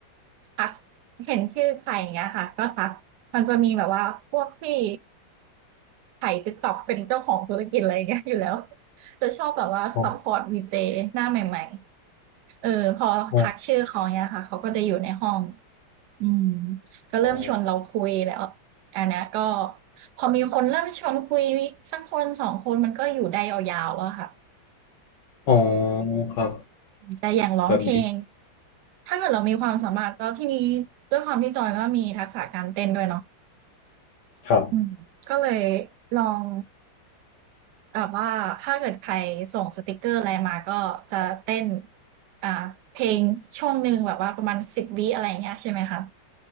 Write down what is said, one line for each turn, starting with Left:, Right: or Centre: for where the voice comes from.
Right: ทักเห็นชื่อใครอย่างเงี้ยค่ะก็ทักมันจะมีแบบว่าพวกที่ถ่ายติ๊กต็อกเป็นเจ้าของธุรกิจอะไรอย่างเงี้ยอยู่แล้วจะชอบแบบว่าซัพพอร์ตดีเจหน้าใหม่
Left: อ๋อ
Right: ๆเออพอทักชื่อเขาเนี่ยค่ะเขาก็จะอยู่ในห้อง
Left: อ๋อ
Right: อืมก็เริ่มชวนเราคุยแล้ว
Left: อ๋อ
Right: อันเนี้ยก็พอมีคนเริ่มชวนคุยสักคนสองคนมันก็อยู่ได้ยาวๆอะค่ะ
Left: อ๋อครับ
Right: แต่อย่างร้องเพลง
Left: แบบนี้
Right: ถ้าเกิดเรามีความสามารถแล้วทีนี้ด้วยความที่จอยก็มีทักษะการเต้นด้วยเนาะ
Left: ครับ
Right: อืมก็เลยลองแบบว่าถ้าเกิดใครส่งสติกเกอร์อะไรมาก็จะเต้นอ่าเพลงช่วงหนึ่งแบบว่าประมาณ10วิอะไรอย่างเงี้ยใช่ไหมคะ